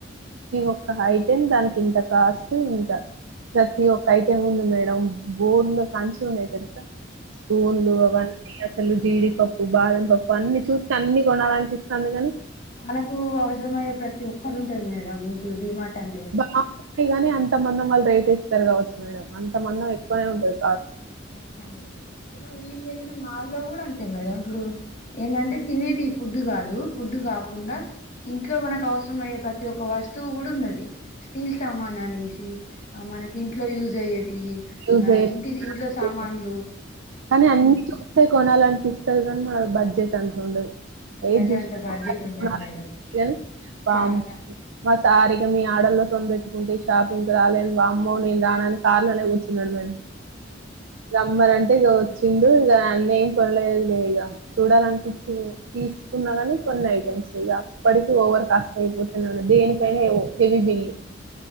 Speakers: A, on the right; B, on the left.
A: ఒక హైటెం దానికి ఇంత కాస్ట్ ఇంత ప్రతి ఒక్క ఐటెం ఉంది మేడం బోల్ల కాంచి ఉన్నాయి తెలుసా స్పూన్లు అవన్ని అసల్ అసలు జీడిపప్పు బాదం పప్పు అన్ని చూత్తే అన్ని కొనాలనిపిస్తంది గని
B: మనకు అవసరం అయ్యే ప్రతి ఒక్కటి ఉంటది మేడం ఇప్పుడు డిమార్ట్ అంటే
A: బాగున్నయి గని అంత మందం వాళ్ రేట్ ఇస్తరు గావచ్చు మేడం అంత మందం ఎక్కువనే ఉంటంది
B: అహ ఇప్పుడు ఈ వెల్లుల్లి మాల్ల్లో గూడా అన్ తె మేడం ఇప్పుడు ఏమంటే తినేటి ఫుడ్ గాదు ఫుడ్ గాకుండా ఇంట్లో మనకు అవసరం అవసరమయ్యే ప్రతి ఒక్క వస్తువు గూడా ఉన్నది స్టీల్ సామాన్ అనేశి అహ్ మనకి ఇంట్లో యూజ్ అయ్యేటియి
A: యూజ్
B: ఆ
A: అయ్యే
B: ఇంటిది ఇంట్లో లు
A: కానీ అన్ని చూస్తే కొనాలనిపిస్తది గనీ మన బడ్జెట్ అంత ఉండదు
B: మన
A: ఏది
B: దగ్గర
A: జూసిన
B: అంత బడ్జెట్ ఉండదు
A: <inaudible> కానీ
B: మేడం
A: వామ్మో
B: చాలా
A: మస్తు సారిగా మీ ఆడల్లో తోని పెట్టుకుంటే షాపింగ్కి రాలేను వామ్మో నేను రానని కార్లోనే కూర్చున్నడు మేడం రమ్మనని టె ఇగ వచ్చిండు ఇగ అన్ని ఏం కొనలేదులే ఇగ చూడాలనిపిచింది తీసుకున్న గని కొన్ని ఐటమ్స్ ఇగ అప్పటికి ఓవర్ కాస్ట్ అయిపోతున్న దేనికైనా హెవీ బిల్లు